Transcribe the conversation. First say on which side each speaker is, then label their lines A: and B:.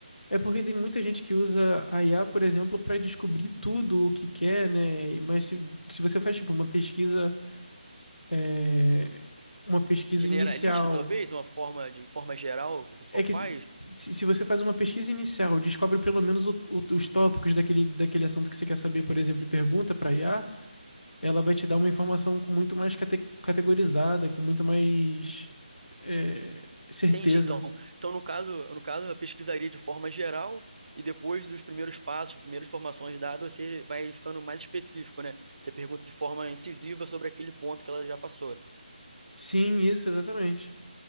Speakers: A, on the left; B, on the right.
A: É porque tem muita gente que usa a IA, por exemplo, para descobrir tudo o que quer, né? Mas se, se você faz, tipo, uma pesquisa. é, Uma pesquisa
B: generalista
A: inicial.
B: talvez, uma forma de forma geral que o pessoal
A: É
B: faz.
A: que se, se se você faz uma pesquisa inicial, descobre pelo menos o- o- os tópicos daquele, daquele assunto que você quer saber, por exemplo, e pergunta para IA, ela vai te dar uma informação com muito mais cate- categorizada, com muito mais. é, certeza.
B: Entendi, então. Então no caso, no caso eu pesquisaria de forma geral e depois dos primeiros passos, primeiras informações dadas, você vai ficando mais específico, né? Você pergunta de forma incisiva sobre aquele ponto que ela já passou.
A: Sim, isso, exatamente.